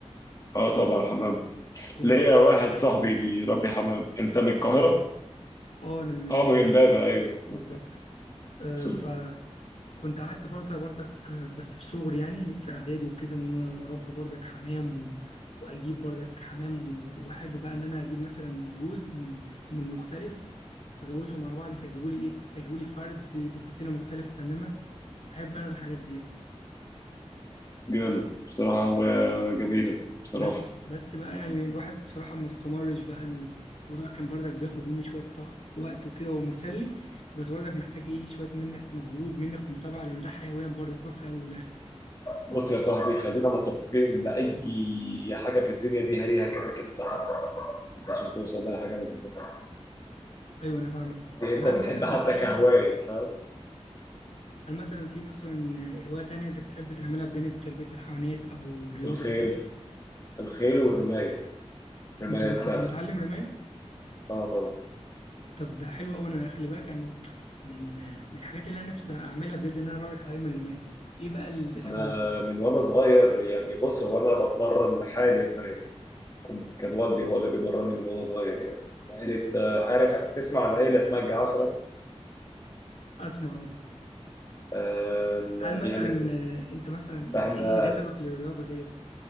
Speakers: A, on the left; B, on the left.
A: اه طبعا حمام
B: كنت
A: ليا واحد صاحبي بيربي حمام انت من القاهرة
B: اه انا من,
A: اه من
B: من
A: امبابة ايوه
B: بالظبط
A: آه، أيوة.
B: آه
A: سوري
B: فكنت قعدت فتره برضك آه، بس في صغري يعني في اعدادي وكده ان انا اربي برضك حمام و... واجيب برضك حمام و- واحب بقى ان انا اجيب مثلا جوز من من مختلف فجوزهم مع بعض فيجيبوا لي ايه فيجيبوا لي فرد بفصيله مختلفه تماما احب انا الحاجات دي يعني.
A: جامد بصراحة هو جميلة بصراحة
B: بس بس بقى يعني الواحد بصراحة ما استمرش بقى الموضوع كان برضك بياخد منه شوية ط- وقت وكده ومسلي بس برضك محتاج ايه شوية منك مجهود منك ومتابعة لأن ده حيوان برضك روح في الأول والآخر
A: بص يا صاحبي خلينا متفقين ان اي حاجه في الدنيا دي هريها كده كده تعبها انت عشان توصل لها حاجه لازم تتعب
B: أيوه أنا فاهمك
A: دي
B: طب
A: انت
B: هل
A: بتحب
B: مثلا
A: حتى
B: في
A: كهوايه فاهم
B: هل مثلا في مثلا هواية تانية أنت بتحب تعملها بجانب تربية الحيوانات أو الرياضة
A: الخيل
B: وكده
A: الخيل والرمايه رمايه
B: أنت أنت
A: سلاح
B: متعلم رماية
A: اه طبعا
B: طب ده حلو أوي أنا خلي بالك يعني من من الحاجات اللي أنا نفسي أعملها بجد إن أنا برضك أتعلم الرماية إيه بقى ال- الحوار
A: انا
B: ده
A: من وانا صغير يعني بص هو انا بتمرن لحالي رمايه كنت كان والدي هو اللي بيمرني من وانا صغير يعني عيلة آه، عارف تسمع عن عيلة اسمها الجعفرة
B: أسمع أهو.
A: آه، ال-
B: هل مثلا
A: دي عيلتنا
B: آه، انت مثلا يعني
A: فاحنا
B: ايه اللي جذبك للرياضه ديت